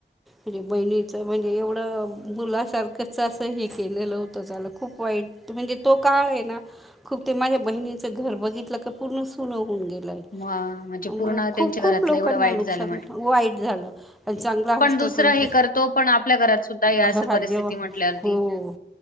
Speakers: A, in the centre; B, on the left.
A: म्हणे बहिणीच म्हणजे एवढं.. मुलासारखं हे केलेलं होत झालं खूप वाईट म्हणजे तो काळ आहे ना खूप ते माझ्या बहिणीचं घर बघितलं का पूर्ण सुनं होऊन गेल.
B: म म्हणजे
A: मग
B: पूर्ण
A: खूप
B: त्यांच्या
A: खूप
B: घरातलं
A: लोकांना
B: एवढं वाईट
A: नुकसान
B: झालं
A: वाईट झालं आणि चांगला
B: दुसर
A: खेळता
B: हे करतो पण आपल्या घरात सुद्धा या
A: घरात
B: अस परिस्थिती
A: जेव्हा
B: म्हटल्यावर
A: हो
B: ती.